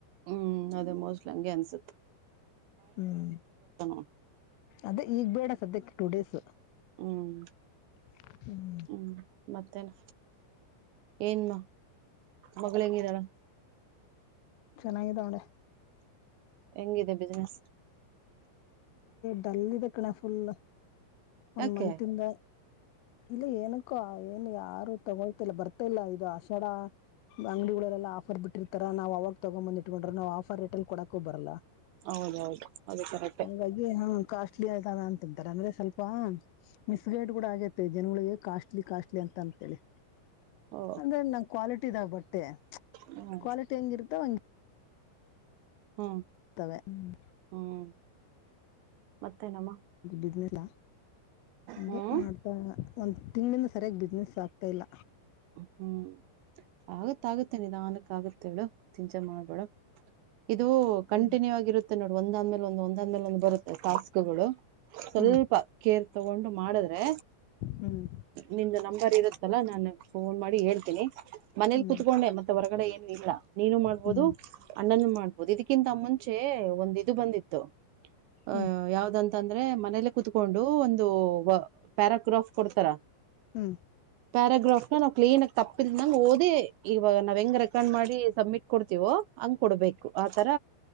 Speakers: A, on the right; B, on the left.
A: ಹ್ಮ್ ಅದೇ ಮೋಸ್ಟ್ಲಿ ಹಂಗೆ ಅನ್ಸುತ್ತ
B: ಹ್ಮ್
A: ಅವ್ನು
B: ಅದೇ ಈಗ್ ಬೇಡ ಸದ್ಯಕ್ಕೆ ಟೂ ಡೇಸ್
A: ಹ್ಮ್
B: <inaudible>
A: ಹ್ಮ್ ಮತ್ತೇನ್ ಏನ್ಮ್ಮ ಮಗಳ ಹೆಂಗಿದಾಳ
B: ಚೆನ್ನಾಗಿದಾಳೆ
A: ಹೆಂಗಿದೆ ಬಿಸಿನೆಸ್
B: ಡಲ್ ಇದ ಕಣ ಫುಲ್ ಒಂದ
A: ಯಾಕೆ
B: ಮತ್ ಇಂದ ಇಲ್ಲ ಏನಕ್ಕೋ ಏನ್ ಯಾರು ತಗೊಳ್ತಿಲ್ಲ ಬರ್ತ ಇಲ್ಲ ಇದು ಆಷಡ ಅಂಗಡಿಗಳಲ್ಲೆಲ್ಲ ಆಫರ್ ಬಿಟ್ಟಿರ್ತಾರ ನಾವ ಅವಾಗ ತಗೊ್ಂಬಂದ ಇಟ್ಕೊಂಡ್ರೆ ನಾವು ಆಫರ್ ರೇಟ್ ಅಲ್ಲಿ ಕೊಡಕ ಬರಲ್ಲ
A: ಹೌದೌದು ಅದು ಕರೆಕ್ಟ್
B: ಗಡ್ಲಿ ಹ ಕಾಸ್ಟ್ಲಿ ಆಯ್ದಾವ ಅಂತಾರ ಅಂದ್ರೆ ಸ್ವಲ್ಪ ಮಿಸ್ ಗೈಡ್ ಕೂಡ ಆಗೇತೆ ಜನಗಳಿಗೆ ಕಾಸ್ಟ್ಲಿ ಕಾಸ್ಟ್ಲಿ ಅಂತ ಅಂತೇಳಿ
A: ಓ
B: ಅಂದ್ರೆ ನಂ ಕ್ವಾಲಿಟಿ ಇದಾಗ ಬಟ್ಟೆ
A: ಹ್ಮ್
B: ಕ್ವಾಲಿಟಿ ಹೆಂಗಿರುತ್ತ ಒ
A: ಹಾ
B: ತವೆ ಹ್ಮ್
A: ಹ್ಮ್ ಮತ್ತೆನಮ್ಮ
B: ಇದು ಬಿದಿಲ್ಲ ಹಗೆ
A: ಹ್ಮ್
B: ಮಾಡ್ತಾ ಒಂದು ತಿಂಗಳಿಂದ ಸರಿಯಾಗಿ ಬಿಸ್ನೆಸ್ ಆಗ್ತಾಇಲ್ಲ
A: ಹ್ಮ್ ಆಗತ್ತೆ ಆಗತ್ತೆ ನೀಧಾನಕ್ಕೆ ಆಗತ್ತೆ ಎಡುೋ ಚಿಂಚೆ ಮಾಡ್ಬೇಡ ಇದು ಕಂಟಿನ್ಯೂ
B: ಹ್ಮ್
A: ಆಗಿ ಇರುತ್ತೆ ನೋಡ ಒಂದ್ಂದ್ಮೇಲೆ ಒಂದ ಒಂದ್ಂದ್ಮೇಲೆ ಒಂದ್ ಬರುತ್ತೆ ಟಾಸ್ಕಗಳು ಸ್ವಲ್ಪ
B: ಹ್ಮ್
A: ಕೇರ್ ತಗೊಂಡು ಮಾಡಿದ್ರೆ
B: ಹ್ಮ್
A: ನಿಂದ ನಂಬರ್ ಇರತ್ತಲ್ಲಾ ನಾನು ಫೋನ್ ಮಾಡಿ ಹೇಳ್ತೀನಿ ಮನೇಲಿ
B: ಹ್ಮ್
A: ಕುೂತ್ಕೊಂಡೆ ಮ ಹೊರಗಡೆ ಏನು ಇಲ್ಲ ನೀನು ಮಾಡ್ಬಹುದು
B: ಹ್ಮ್ ಹ್ಮ್
A: ಅಣ್ಣನ್ನು ಮಾಡ್ ಇದಕ್ಕಿಂತ ಮುಂಚೆ ಒಂದ ಇದು ಬಂದಿತ್ತು ಅಹ
B: ಹ್ಮ್
A: ಯಾವ್ದಂತ ಅಂತಂದ್ರೆ ಮನೇಲೆ ಕುೂತ್ಕೊಂಡು ಒಂದು ಪ್ಯಾರಾಗ್ರಾಫ್ ಕೊಡ್ತಾರ
B: ಹ್ಮ್
A: ಪ್ಯರಾಗ್ರಫ್ ನಾವು ಕ್ಲೀನ್ ಆಗ ತಪ್ಪಲ್ನಂಗ ಓದಿ ಇವಾಗ ನಾವ್ ಹೆಂಗ್ ರೆಕಾರ್ಡ್ ಮಾಡಿ ಸಬ್ಮಿಟ್ ಕೊಡ್ತೀವೋ ಹಂಗ್ ಕೊಡ್ಬೇಕು ಆತರ